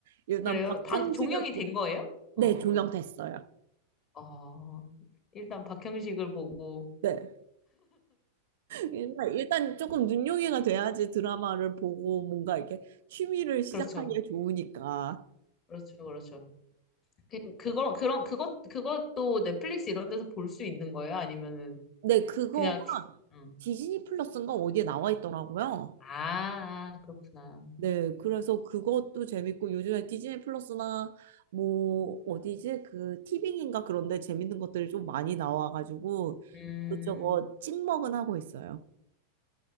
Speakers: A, on the right; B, on the left.
A: 일단
B: 그래요?
A: 박형식을,
B: 방, 종영이
A: 보-
B: 된 거예요?
A: 네,
B: 어.
A: 종영됐어요.
B: 어, 일단 박형식을 보고.
A: 네. 일단, 일단 조금 눈요기가 돼야지 드라마를 보고 뭔가 이렇게 취미를 시작하기에
B: 그렇죠.
A: 좋으니까.
B: 그렇죠. 그렇죠. 그, 그거, 그런, 그것, 그것도 넷플릭스 이런 데서 볼 수 있는 거예요? 아니면은,
A: 네, 그거가
B: 그냥, 티- 음.
A: 디즈니 플러스인가 어디에 나와 있더라고요.
B: 아, 아, 그렇구나.
A: 네, 그래서 그것도 재밌고 요즘에 디즈니 플러스나 뭐 어디지? 그 티빙인가 그런데 재밌는 것들이 좀 많이 나와가지고
B: 음,
A: 이것저것 찍먹은 하고 있어요.